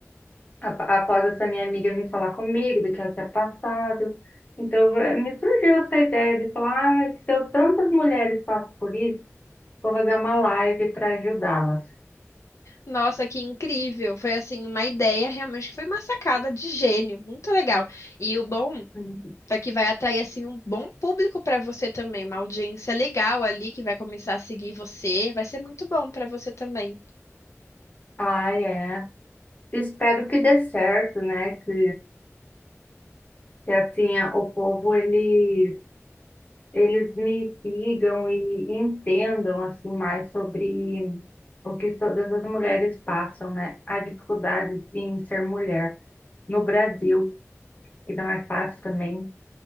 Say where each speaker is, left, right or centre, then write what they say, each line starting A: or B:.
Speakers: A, on the left (about 35°); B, on the left (about 75°).
A: ap- após essa minha amiga vir falar comigo do que ela tinha passado. Então, eh, me surgiu essa ideia de falar, ah, mas se eu, tantas mulheres passam por isso, vou fazer uma live para ajudá-las.
B: Nossa, que incrível! Foi assim uma ideia realmente que foi uma sacada de gênio, muito legal. E o bom
A: Hum.
B: Só que vai atrair assim um bom público para você também, uma audiência legal ali que vai começar a seguir você, vai ser muito bom para você também.
A: Ah, é. Espero que dê certo, né? Que, que assim, a- o povo, eles, eles me sigam e entendam, assim, mais sobre o que todas as mulheres passam, né? A dificuldade em ser mulher no Brasil. que não é fácil também.